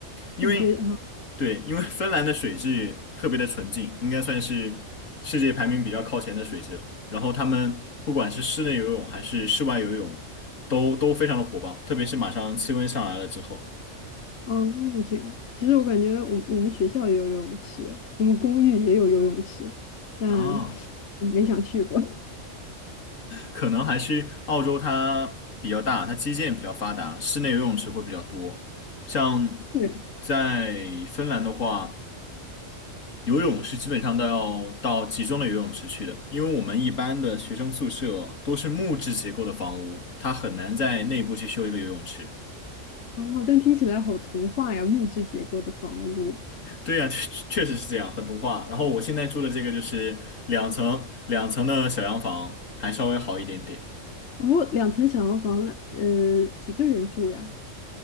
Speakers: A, on the left; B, on the left.
A: 因为对，
B: 感觉啊，
A: 因为芬兰的水质特别的纯净，应该算是世界排名比较靠前的水质了。然后他们不管是室内游泳还是室外游泳，都都非常的火爆，特别是马上气温上来了之后
B: 哦，这样。其实我感觉我我们学校也有游泳池，我们公寓也有游泳池，但
A: 啊，
B: 没想去过。<laughs>
A: 可能还是澳洲它比较大，它基建比较发达，室内游泳池会比较多。像
B: 对，
A: 在芬兰的话。游泳是基本上都要到集中的游泳池去的，因为我们一般的学生宿舍都是木质结构的房屋，它很难在内部去修一个游泳池。
B: 啊，但听起来好童话呀，木质结构的房屋。
A: 对呀，确确实是这样，很童话。然后我现在住的这个就是两层两层的小洋房，还稍微好一点点。
B: 哦，两层小洋房，那呃，几个人住呀？